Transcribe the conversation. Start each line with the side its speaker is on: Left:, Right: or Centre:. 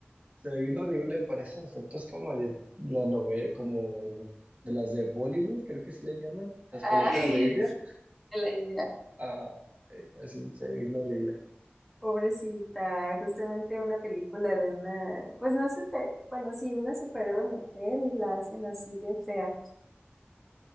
Right: se ve bien horrible, parecen efectos como de la novela, como de las de Bollywood, creo que sí le llaman, las
Centre: Ay,
Right: películas de India.
Centre: <laughs> de la India.
Right: Ah, eh, así se ve bien horrible.
Centre: Pobrecita, justamente una película de una, pues no sé, bueno, sí, una superhéroe mujer y la hacen así de fea.